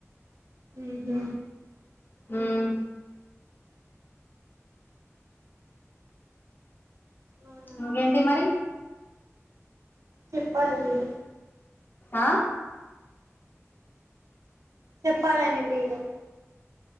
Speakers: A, on the right; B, on the left.
A: ఉమ్మ్హు
B: ఉమ్ హు
A: అవునా
B: ఇంకేంటి
A: అండి
B: మరీ
A: చెప్పాలి మీరే
B: ఆ
A: చెప్పాలండి మీరే